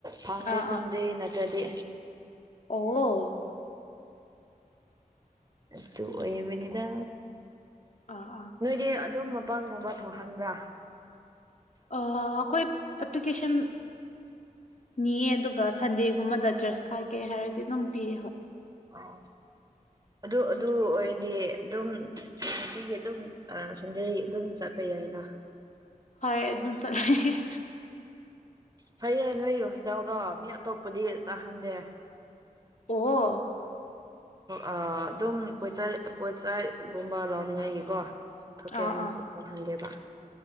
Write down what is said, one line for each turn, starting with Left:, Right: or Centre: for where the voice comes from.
Right: ꯐꯪꯗꯦ
Left: ꯑꯥ
Right: ꯁꯟꯗꯦ
Left: ꯑꯥ
Right: ꯅꯠꯇ꯭ꯔꯥꯗꯤ
Left: ꯑꯣ
Right: ꯑꯗꯨ ꯑꯣꯏꯔꯅꯤꯗ
Left: ꯑꯥ ꯑꯥ
Right: ꯅꯣꯏꯗꯤ ꯑꯗꯨꯝ ꯄꯪꯒꯨꯝꯕ ꯊꯣꯛꯍꯟꯕ꯭ꯔꯥ
Left: ꯑꯥ ꯑꯈꯣꯏ ꯑꯦꯞꯄ꯭ꯂꯤꯀꯦꯁꯟ ꯄꯤꯌꯦ ꯑꯗꯨꯒ ꯁꯟꯗꯦꯒꯨꯝꯕꯗ ꯆꯔꯆ ꯀꯥꯒꯦ ꯍꯥꯏꯔꯗꯤ ꯑꯗꯨꯝ ꯄꯤꯌꯦ ꯍꯣꯏ
Right: ꯑꯣ ꯑꯗꯨ ꯑꯗꯨ ꯑꯣꯏꯔꯗꯤ ꯑꯗꯨꯝ ꯅꯨꯡꯇꯤꯒꯤ ꯑꯗꯨꯝ ꯑ ꯁꯟꯗꯦ ꯑꯗꯨꯝ ꯆꯠ ꯄꯌꯥꯏꯅ
Left: ꯍꯣꯏ ꯑꯗꯨꯝ ꯆꯠꯂꯦ
Right: ꯐꯩꯌꯦ ꯅꯣꯏ ꯍꯣꯁꯇꯦꯜꯗꯣ ꯃꯤ ꯑꯇꯣꯞꯄꯗꯤ ꯆꯠꯍꯟꯗꯦ
Left: ꯑꯣ
Right: ꯑꯥ ꯑꯗꯨꯝ ꯄꯣꯆꯩ ꯄꯣꯠꯆꯩꯒꯨꯝꯕ ꯂꯧꯅꯤꯡꯉꯥꯏꯒꯤꯀꯣ ꯊꯣꯛꯀꯦ
Left: ꯑꯥ
Right: ꯍꯥꯏꯔꯖꯨ
Left: ꯑꯥ
Right: ꯊꯣꯛꯍꯟꯗꯦꯕ